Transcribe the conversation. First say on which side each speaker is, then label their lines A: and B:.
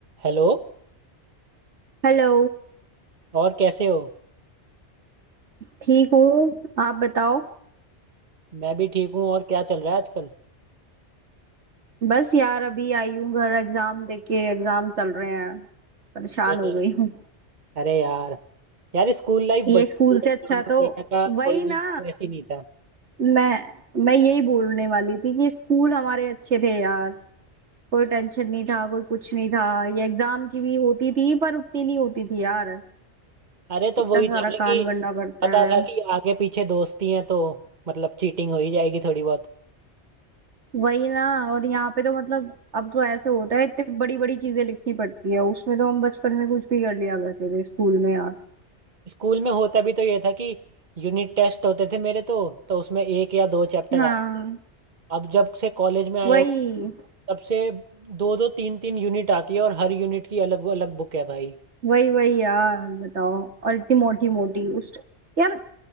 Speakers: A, on the right; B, on the right.
A: Hello
B: Hello
A: और कैसे हो
B: ठीक हूँ आप बताओ
A: मैं भी ठीक हूँ और क्या चल रहा है आजकल
B: बस यार अभी आई हूँ घर एग्जाम देके एग्जाम चल रहे हैं परेशान
A: अरे
B: हो गई हूँ
A: अरे यार यार स्कूल लाइफ
B: ये
A: बड़ी थी
B: स्कूल से
A: एग्जाम
B: अच्छा
A: वगैरह
B: तो
A: का
B: वही
A: कोई
B: ना
A: स्ट्रेस ही नहीं था
B: मैं मैं यही बोलने वाली थी कि स्कूल हमारे अच्छे थे यार कोई टेंशन नहीं था कोई कुछ नहीं था ये एग्जाम की भी होती थी पर उतनी नहीं होती थी यार
A: अरे तो
B: इतना
A: वही
B: सारा
A: था ना
B: काम
A: कि
B: करना पड़ता
A: पता
B: है
A: था कि आगे पीछे दोस्ती हैं तो मतलब चीटिंग हो ही जाएगी थोड़ी बहुत
B: वही ना और यहाँ पे तो मतलब अब तो ऐसे होता है इतनी बड़ी बड़ी चीजें लिखनी पड़ती है उसमें तो हम बचपन में कुछ भी कर लिया करते थे स्कूल में यार
A: स्कूल में होता भी तो ये था कि यूनिट टेस्ट होते थे मेरे तो तो उसमें एक या दो चैप्टर
B: हाँ
A: आते थे अब जब से कॉलेज में आया
B: वही
A: हूँ तब से दो दो तीन तीन यूनिट आती है और हर यूनिट की अलग अलग बुक है भाई
B: वही वही यार बताओ और इतनी मोटी मोटी उस यार